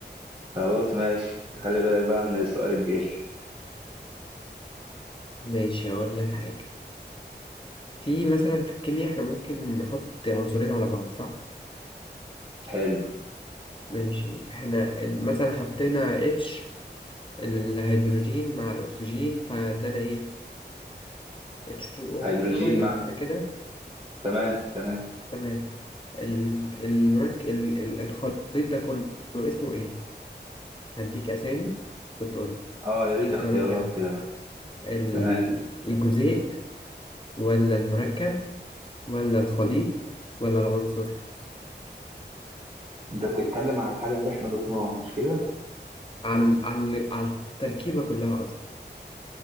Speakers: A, on the right (about 30°); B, on the left (about 30°).
A: خلاص ماشي خلي بالك بقى من السؤال الجاي
B: ماشي اقول لك حاجه في مثلا في الكيمياء احنا ممكن نحط عنصرين على بعض صح
A: حلو
B: ماشي احنا ال- مثلا حطينا اتش الهيدروجين مع الاكسجين فادانا ايه H2O
A: هيدروجين
B: فادانا ميه
A: مع
B: صح كده
A: تمام تمام
B: تمام ال- المرك... ال- ال- الخليط ده كله اسمه ايه؟ هديك اسامي وتقول لي
A: اه يا ريت
B: دي اختيارات
A: اختيارات
B: يعني
A: كده بقى
B: ال-
A: تمام
B: الجزيء ولا المركب ولا الخليط ولا العنصر
A: انت بتتكلم على الحاجة اللي احنا ضفناها مش كده
B: على ال- على ال- على التركيبة كلها اصلا